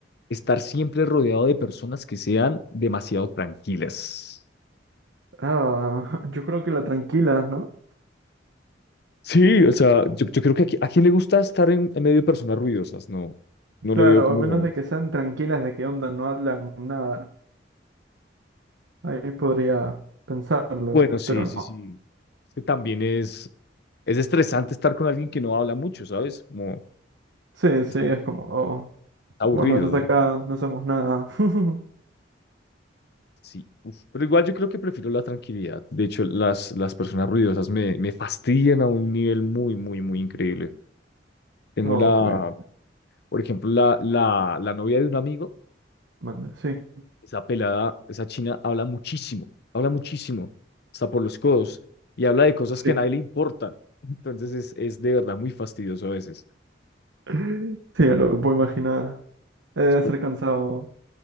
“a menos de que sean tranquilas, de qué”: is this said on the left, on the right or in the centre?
Right